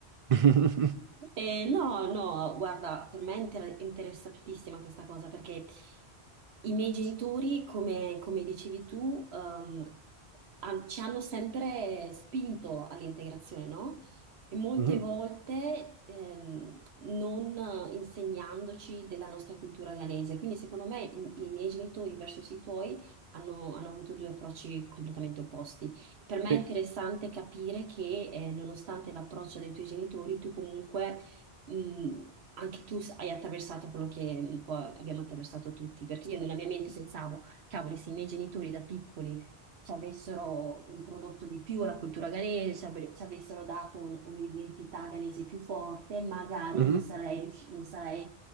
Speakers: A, on the right; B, on the right.
A: <laughs>
B: Eh, no, no, guarda, per me è inter- interessantissima questa cosa perché i miei genitori, come, come dicevi tu, ehm, han- ci hanno sempre spinto all'integrazione, no? E molte
A: Mhm,
B: volte ehm, non insegnandoci della nostra cultura ghanese. Quindi, secondo me, i, i miei genitori verso i tuoi hanno, hanno avuto due approcci completamente opposti. Per me
A: Sì,
B: è interessante capire che, eh, nonostante l'approccio dei tuoi genitori, tu comunque, mh, anche tu hai attraversato quello che un po' abbiamo attraversato tutti, perché io nella mia mente pensavo, cavoli, se i miei genitori da piccoli ci avessero introdotto di più la cultura ghanese, ci, avre- ci avessero dato un- un'identità ghanese più forte, magari
A: mhm,
B: non sarei, riusci- non sarei,